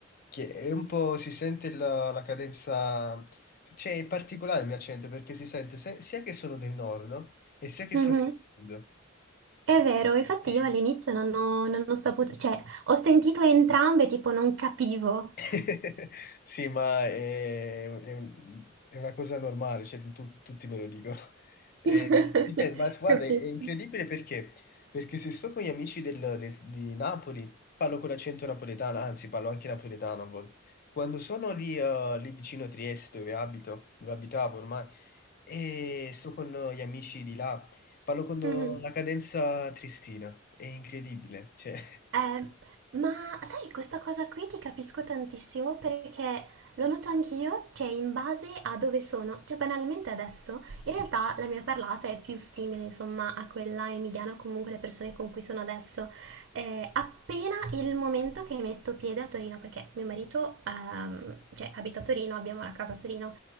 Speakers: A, on the left; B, on the right.
A: che è un po' si sente la, la cadenza, cioè è particolare il mio accento perché si sente se- sia che sono del nord no? e sia che
B: Mhm.
A: sono del
B: È vero, infatti
A: sud.
B: io all'inizio non ho, non ho saputo, cioè ho sentito entrambe, tipo non capivo.
A: <laughs> Sì, ma è, è un- è una cosa normale, cioè, tu- tutti me lo dicono. <laughs>
B: <laughs>
A: Eh, dipende, ma guarda,
B: Capito.
A: è incredibile perché? Perché se sto con gli amici del- del- di Napoli, parlo con l'accento napoletano, anzi parlo anche napoletano a volte. Quando sono lì, eh, lì vicino a Trieste, dove abito, dove abitavo ormai, e sto con eh, gli amici di là, parlo con eh,
B: Mhm.
A: la cadenza triestina, è incredibile, cioè...
B: Eh, ma sai, questa cosa qui ti capisco tantissimo perché lo noto anch'io, cioè in base a dove sono, cioè banalmente adesso, in realtà la mia parlata è più simile, insomma, a quella emiliana o comunque le persone con cui sono adesso, Eh, appena il momento che metto piede a Torino, perché mio marito, ehm, cioè, abita a Torino, abbiamo la casa a Torino,